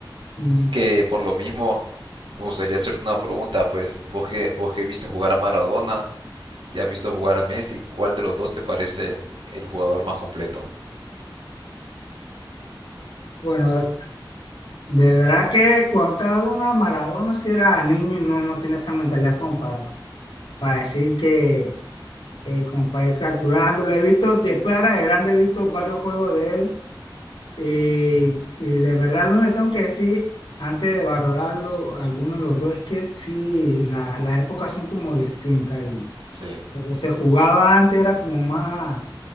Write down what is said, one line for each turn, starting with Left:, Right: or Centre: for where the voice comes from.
Left: Mm,
Right: que por lo mismo me gustaría hacerte una pregunta, pues vos que, vos que viste jugar a Maradona, y has visto jugar a Messi, ¿cuál de los dos te parece el jugador más completo?
Left: Bueno, de verdad que cuando estaba hablando de Maradona, si era niño y no, no tiene esa mentalidad como para, para decir que, eh, como para ir calculando. Lo he visto, después era de grande, he visto varios juegos de él Y, y de verdad, lo que tengo que decir, antes de valorarlo, algunos de los dos, es que sí, la- las épocas son como distintas. Y
Right: Sí,
Left: lo que se jugaba antes era como más,